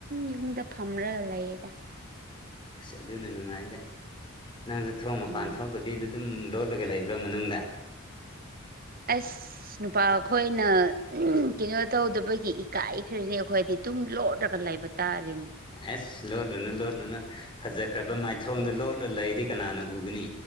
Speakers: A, on the right; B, on the left.
A: ꯌꯨꯝꯗ ꯐꯝꯔꯒ ꯂꯩꯌꯦꯗꯥ
B: ꯑꯁ ꯑꯗꯨꯅ ꯅꯨꯡꯉꯥꯏꯗꯦ ꯅꯪꯁꯨ ꯊꯣꯡ ꯃꯄꯥꯟ
A: ꯎꯝ
B: ꯊꯣꯛꯇ ꯗꯨ ꯑꯗꯨꯝ ꯂꯣꯠꯂꯒ ꯂꯩꯕ꯭ꯔꯥ ꯃꯅꯨꯡꯗ
A: ꯑꯁ <inaudible> ꯁ ꯅꯨꯄꯥ ꯑꯩꯈꯣꯏꯅ ꯎꯝ ꯀꯩꯅꯣ ꯇꯧꯗꯕꯒꯤ ꯏꯀꯥꯏꯈ꯭ꯔꯅꯤ ꯑꯩꯈꯣꯏꯗꯤ ꯇꯨꯝ ꯂꯣꯂꯒ ꯂꯩꯥꯏꯕ ꯇꯇꯥꯔꯔꯤꯅꯤ <inaudible>
B: ꯑꯁ ꯂꯣꯠꯂꯨꯅꯨ ꯂꯣꯠꯂꯨꯅꯨ ꯐꯖꯈ꯭ꯔꯕ ꯃꯥꯏꯊꯣꯡꯗꯣ ꯂꯣꯠꯂꯨ ꯂꯩꯔꯗꯤ ꯀꯅꯥꯅ ꯎꯒꯅꯤ